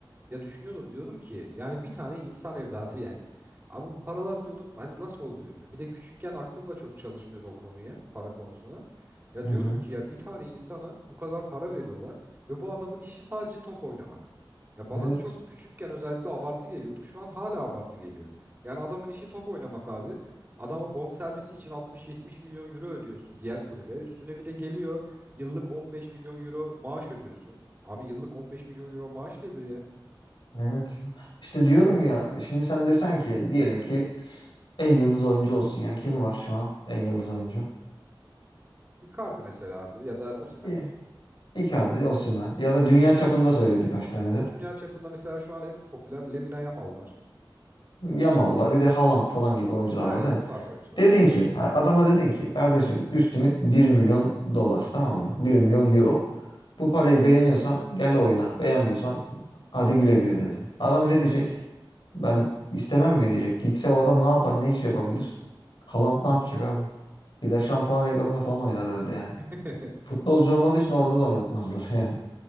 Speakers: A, on the right; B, on the left.
A: ya düşünüyordum diyorum ki yani bir tane insan evladı <laughs> yani. Abi bu paralar diyordum hani nasıl oluyor? Bir de küçükken aklım da çok çalışmıyordu o konuya, para konusuna. Ya
B: Hı
A: diyorum
B: hı.
A: ki ya bir tane insana bu kadar para veriyorlar ve bu adamın işi sadece top oynamak. Ya
B: Evet.
A: bana da çok küçükken özellikle abartı geliyordu. Şu an hala abartı geliyor. Yani adamın işi top oynamak abi. Adama bonservisi için altmış, yetmiş milyon euro ödüyorsun diğer kulübe. Üstüne bir de geliyor yıllık 15 milyon euro maaş ödüyorsun. Abi yıllık 15 milyon euro maaş nedir ya?
B: Evet. İşte diyorum ya şimdi sen desen ki diyelim ki en yıldız oyuncu olsun ya. Kim var şu an en yıldız oyuncu?
A: Icardi mesela abi ya da Osimhen.
B: İyi. Icardi, Osimhen ya da dünya çapında söyle birkaç tane de.
A: E, dünya çapında mesela şu an en popüler Lamine Yamal var.
B: Yamal var bir de Haaland falan gibi oyuncular
A: Aynen
B: var değil mi?
A: o tarz oyuncular.
B: Dedin ki ha, adama dedin ki kardeşim üst limit bir milyon dolar tamam mı? Bir milyon euro. Bu parayı beğeniyorsan gel oyna. Beğenmiyorsan hadi güle güle dedin. Adam ne diyecek? Ben istemem mi diyecek? Gitse o adam ne yapar? Ne iş yapabilir? Haaland ne yapacak abi? Gider şampuan reklamında falan oynar herhalde yani.
A: <laughs>
B: Futbolcu olmadığı için orada da oynatmazlar <laughs> yani.